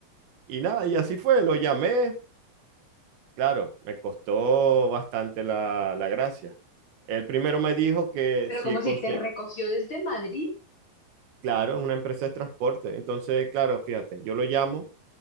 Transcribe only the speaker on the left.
Pero
como si
te recogió desde Madrid.